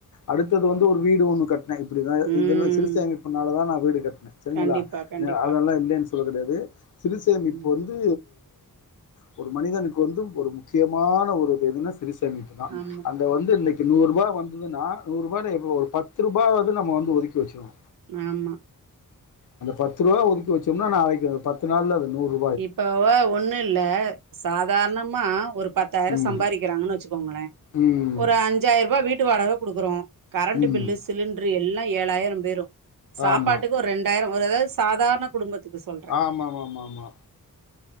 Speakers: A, on the left; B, on the right.
A: அடுத்தது வந்து ஒரு வீடு ஒன்னு கட் நா இப்டிதா
B: ம்
A: இதெல்லா சிறிசமிப்புனால தா நா வீடு கட்னே செரிங்களா
B: கண்டிப்பா கண்டிப்பா
A: அதெல்லா இல்லன் சொல்ல கெடையாது சிறு சேமிப்பு
B: ம்
A: வந்து து ஒரு மனிதனுக்கு வந்து ஒரு முக்கியமான ஒரு இது எதுனா சிறிசேமிப்பு தா
B: ஆமா
A: அதுல த வந்து இன்னைக்கு நூறுரூபா வந்துதுனா நூறு ரூபாயல எதோ ஒரு பத்து ரூபாவாவது நம்ம வந்து ஒதுக்கி வெச்சுருவோ
B: ஆம்மா
A: அந்த ரூபா ஒதுக்கி வெச்சம்னா நாளைக்கு அத பத்து நாள்ல அது நூறு
B: இப்பவா ஒன்னு இல்ல சாதாரணமா ஒரு பத்தாயிர
A: ம்
B: சம்பாதிக்கிறாங்கன் வெச்சுக்கோங்களே
A: ம்
B: ஒரு அஞ்சாயிரவா வீட்டு வாடகை குடுக்குறோ கரண்ட்டு
A: ம்
B: பில்லு சிலிண்ட்ரு எல்லா ஏழாயிர போயிரு சாப்பாட்டுக்கு
A: ஆமாம் ஆமாம்
B: ஒர் ரெண் டாயரோ ஒரு இது சாதாரண குடும்பத்துக்கு சொல்
A: ஆ ஆம்மாம்மாம்மாம்மா